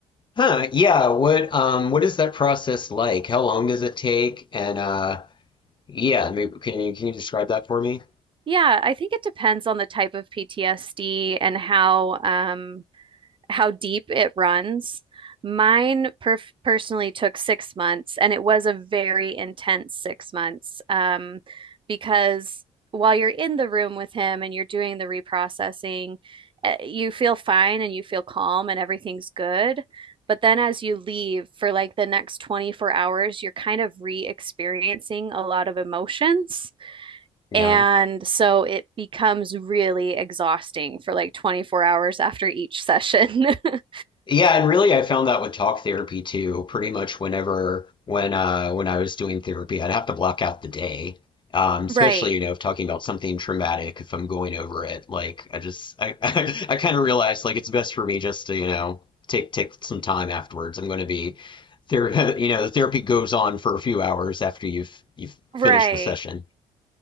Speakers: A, on the left; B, on the right.
A: Huh, yeah, what um what is that process like? How long does it take? And uh yeah, maybe can you can you describe that for me?
B: Yeah, I think it depends on the type of PTSD and how, um, how deep it runs. Mine per personally took six months, and it was a very intense six months um, because while you're in the room with him and you're doing the reprocessing, eh, you feel fine and you feel calm and everything's good. But then as you leave for like the next 24 hours, you're kind of re-experiencing a lot of emotions.
A: Yeah.
B: And so it becomes really exhausting for like 24 hours after each session. <laughs>
A: Yeah, and really I found that with talk therapy too. Pretty much whenever when uh when I was doing therapy, I'd have to block out the day. Um, especially,
B: Right,
A: you know, if talking about something traumatic, if I'm going over it, like I just I <laughs> I, kind of realized like it's best for me just to, you know, take take some time afterwards. I'm going to be ther <laughs> you know, the therapy goes on for a few hours after you've you've
B: right.
A: finished the session.